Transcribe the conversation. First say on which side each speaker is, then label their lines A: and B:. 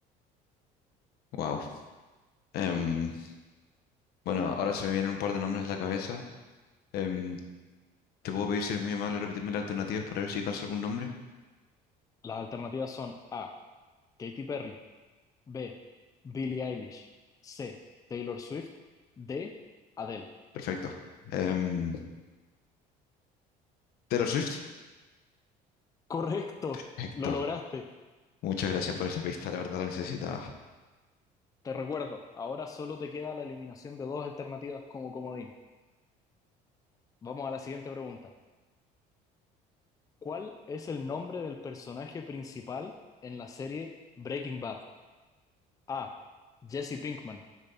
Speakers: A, on the left; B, on the left.
A: Wow. Em, bueno, ahora se me vienen un par de nombres a la cabeza. Em, ¿te puedo pedir si eres muy amable repetirme las alternativas para ver si alcanzo algún nombre?
B: Las alternativas son A. Katy Perry, B. Billie Eilish, C. Taylor Swift, D. Adele.
A: Perfecto. Em, Taylor Swift.
B: Correcto,
A: Perfecto.
B: lo lograste.
A: Muchas gracias por esa pista, la verdad la necesitaba.
B: Te recuerdo, ahora solo te queda la eliminación de dos alternativas como comodín. Vamos a la siguiente pregunta. ¿Cuál es el nombre del personaje principal en la serie Breaking Bad? A. Jesse Pinkman.